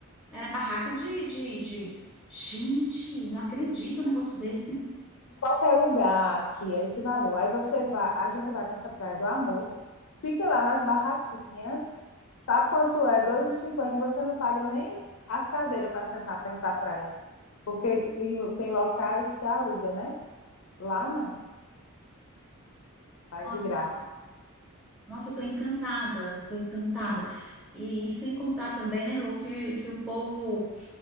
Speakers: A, in the centre; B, on the left.
A: era barraca de, de, de... Gente, não acredito um negócio desse, hein?
B: em qualquer lugar que é esse valor. Aí você vai, a gente vai para essa Praia do Amor, fica lá nas barraquinhas, sabe quanto é? 2,50 e cinquenta, e você não paga nem as cadeiras para sentar perto da praia, porque tem tem locais que aluga, né? Lá não,
A: Nossa,
B: vai de graça.
A: Nossa, eu estou encantada, estou encantada. E, e sem contar também, né, Rô, que, que o povo